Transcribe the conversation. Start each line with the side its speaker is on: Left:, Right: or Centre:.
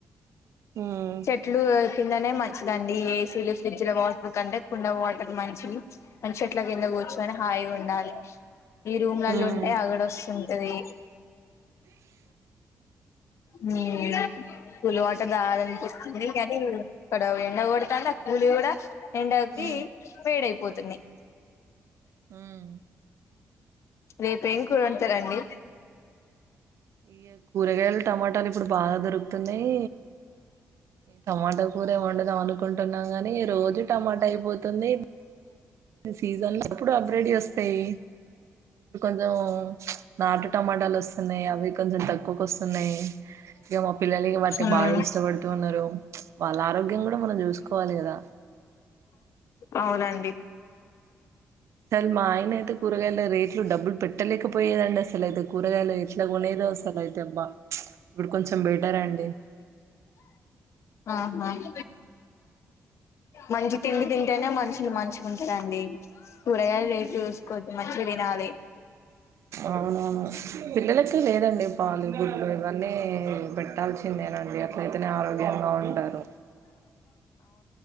Right: మ్మ్
Left: చెట్లు కిందనే మయ్ చిదండి ఏసీలు ఫ్రిడ్జ్ లో వాటర్ కంటే కుండ వాటర్ మంచిది మంచెట్ల కింద కూచ్చోని హాయిగా ఉండాలి ఈ రూమ్లలో
Right: మ్మ్
Left: ఉంటే ఆగడి వస్సుంటది. హ్మ్ కూల్వాటర్ దాగాలనిపిస్ అదే కాని ఇక్కడ ఎండ కొడుతాందే ఆ కూల్ వి కూడా ఎండకి
Right: మ్మ్
Left: వేడయిపోతున్నయ్.
Right: మ్మ్
Left: రేపేం కూరుం వండుతారండి
Right: ఇ యే కూరగాయలు టమాటాలు ఇప్పుడు బాగా దొరుకు తున్నయ్ టమాటా కూర ఏమో వండుదం అనుకుంటున్నాం గాని రోజు టమాటా అయిపోతున్నయ్. సీజన్ లో అప్పుడు హబ్రిడ్ యి వస్తయ్ కొంజం నాటు టమాటాలు వస్సున్నయ్ అవి కొంచెం తగ్ క్కుకొస్తున్నాయి ఇగ మా పిల్లలు వాటిని
Left: హ్మ్
Right: బాగా ఇష్టపడుతువున్నారు ప్చ్ వాళ్ళ ఆరోగ్యం కూడా మనం చూసుకోవాలి కదా.
Left: అవునండి
Right: సార్ మా ఆయన అయితే కూరగాయల రేట్లు డబ్బుల్ పెట్టలేకపోయేదండి అస్సలు అయితే కూరగాయలు ఎట్లా కొనేదో అస్సలు అయితే అబ్బ ప్చ్ ఇప్పుడు కొంచెం బెటర్ అండి.
Left: ఆహా మంచి తిండి తింటేనే మనుషులు మంచిగుంట రండి కూరగాయల్ రేటు చూసుకోవద్ద్ మంచిగ తినాలి
Right: అవును అవును పిల్లల లేదండి పాలు గుడ్లు ఇవన్నీ పెట్టాల్సిందేనండి అట్లయితేనే ఆరోగ్యంగా ఉంటారు